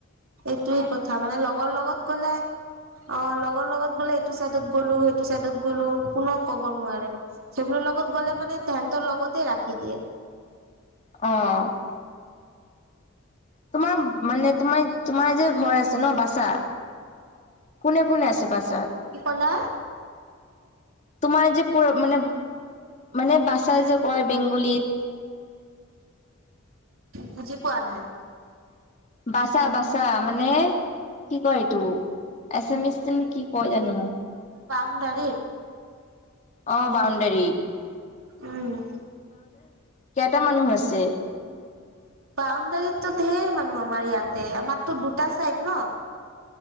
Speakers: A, on the right (about 85°); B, on the left (about 35°).
A: এইটোয়েই কথা মানে লগৰ লগত গলে অ লগৰ লগত। গলে এইটো চাইডত গ'লো সেইটো চাইডত গ'লো কোও কব নোৱাৰে সেইবোৰ লগত গ'লে মানে তে। ত লগতে ৰাখি দিয়ে।
B: অহ। তোমাৰ মানে তোমাৰ তোমাৰ যে ঘৰ আছে ন বাচা। কোনে কোনে আছে বছাত
A: কি ক'লা
B: তোমাৰ যে। প মানে মানে বাচাই যে কয় বেংগলীত
A: বুজি পোৱা নাই
B: বাচা বাচা মানে কি কয় এইটো এছা মিছ ছে কি কয় জানো।
A: দাৰি
B: অ বউণ্ডাৰী
A: উম
B: কেইটা মানুহ আছে?
A: বাউণ্ডাৰীতো ঢেৰ মানুহ আমাৰ ইয়াতে আমাৰতো দুটা চাইড ন